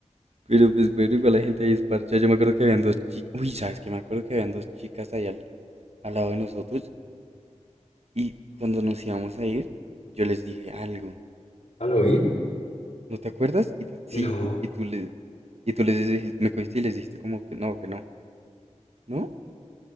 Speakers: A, on the right; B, on the left.
A: Pero pues bueno, igual la gente ahí es parcha. Yo me acuerdo que habían dos chicas. Uy, ¿sabes qué? Me acuerdo que habían dos chicas ahí al, al lado de nosotros. Y cuando nos íbamos a ir, yo les dije algo.
B: ¿Al oír?
A: ¿No te acuerdas? Y t- sí,
B: No.
A: tú, y tú les, y tú les dijiste, me cogiste y les dijiste como que no, que no, ¿no?